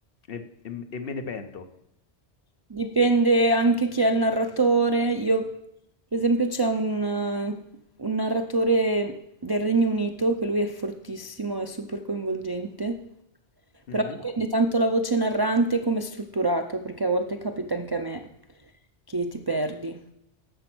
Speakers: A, on the left; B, on the right.
A: E, e- e me ne pento.
B: Dipende anche chi è il narratore. Io, per esempio, c'è un, eh, un narratore del Regno Unito che lui è fortissimo, è super coinvolgente, però
A: Mhm.
B: dipende tanto la voce narrante come è strutturato, perché a volte capita anche a me che ti perdi.